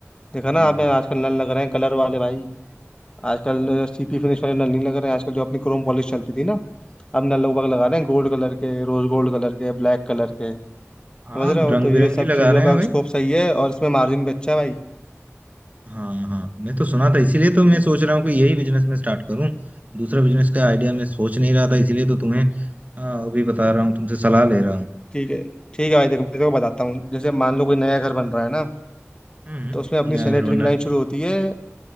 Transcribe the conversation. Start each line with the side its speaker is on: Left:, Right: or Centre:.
Left: देखा ना
Right: हाँ
Left: आप में आजकल नल लग रहे हैं कलर वाले भाई आजकल सीपी फिनिश वाले नल नहीं लग रहे हैं आजकल जो अपनी क्रोम पॉलिश चलती थी ना अब नल लोग बाग लगा रहे हैं गोल्ड कलर के रोज गोल्ड कलर के ब्लैक कलर के समझ
Right: हाँ
Left: रहे हो
Right: रंग
Left: तो ये
Right: बिरंगी
Left: सब
Right: लगा
Left: चीज़ों
Right: रहे
Left: का
Right: हैं भाई
Left: स्कोप सही है और इसमें मार्जिन भी अच्छा है भाई
Right: हाँ हाँ मैं तो सुना था इसीलिए तो मैं
Left: हम्म,
Right: सोच रहा हूँ कि यही बिजनेस में स्टार्ट करूँ दूसरा बिजनेस का आइडिया मैं सोच नहीं रहा था इसीलिए तो तुम्हें आ, अभी बता रहा हूँ तुमसे सलाह ले रहा हूँ
Left: ठीक है ठीक है भाई देखो मैं तेरे को बताता हूँ जैसे मान लो कोई नया घर बन रहा है ना
Right: हम्म
Left: तो उसमें अपनी
Right: नया
Left: सैनिटरी
Right: घर बन
Left: की
Right: रहा
Left: लाइन शुरू होती है